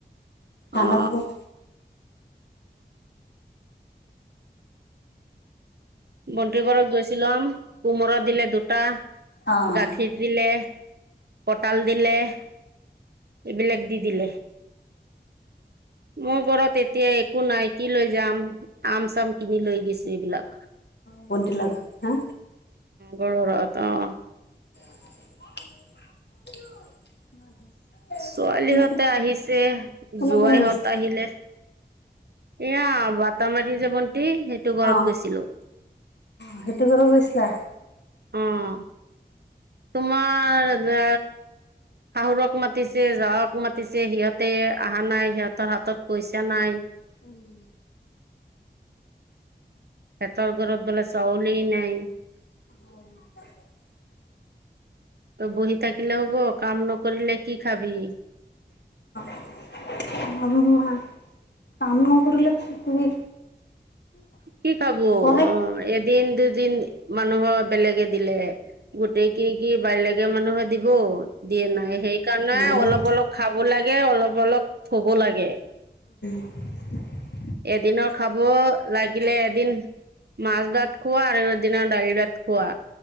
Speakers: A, on the left; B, on the right.
A: ঠাণ্ডা
B: অ
A: খাবৰ
B: বণ্টি ঘৰত গৈছিলম, কোমৰা দিলে দুটা,
A: অ'
B: গাখীৰ দিলে। কতাল দিলে এইবিলাক দি দিলে। মোৰ ঘৰত এতিয়া একো নাই কি লৈ যাম আম চাম কিনি লৈ গৈছো এইবিলাক।
A: কোনটি লাগা হা
B: গৰ ৰাত অ'
A: <inaudible>
B: ছোৱালীহঁতে
A: কোনে
B: আহিছে
A: কোনে
B: জোৱাইহঁত
A: কোনে গৈছিল?
B: আহিলে। এয়া বাতামাৰী যাব নি তেই সেইটো ঘৰত
A: অ'
B: গৈছিলো।
A: সেইটো ঘৰত গৈছিলা?
B: অ' তোমাৰ যে শাহুৰক মাতিছে জাঁৰক মাতিছে, সিহঁতে অহা নাই সিহঁতৰ হাতত পইচা নাই।
A: উম।
B: সেহতৰ ঘৰত বোলে চাউলে নাই।
A: অ'
B: ত বহি থাকিল হ'ব কাম নকৰিলে কি খাবি।
A: <unintelligible> কাম নকৰিলে তুমি
B: কি খাবো
A: সহায়
B: অ এদিন দুদিন মানুহৰ বেলেগে দিলে। গোটেই কি কি বাৰ লাগে মানুহে দিব। দিয়ে নাই সেইকাৰণে
A: দিয়া নাই
B: অলপ অলপ খাব লাগে অলপ অলপ থব লাগে।
A: <inaudible>
B: এদিনৰ খাব লাগিলে, এদিন মাছ ভাত খোৱা আৰু দিনা দাইল ভাত খোৱা।